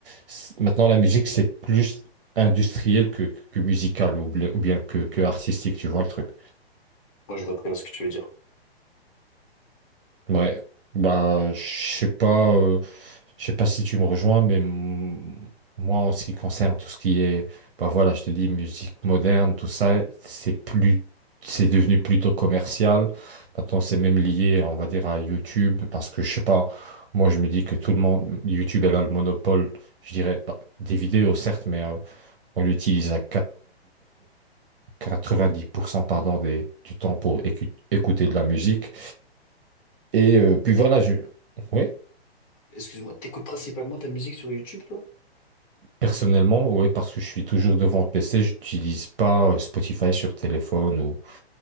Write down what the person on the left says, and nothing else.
Moi, je vois très bien ce que tu veux dire.
T'écoutes,
excuse-moi, t'écoutes principalement ta musique sur YouTube, toi?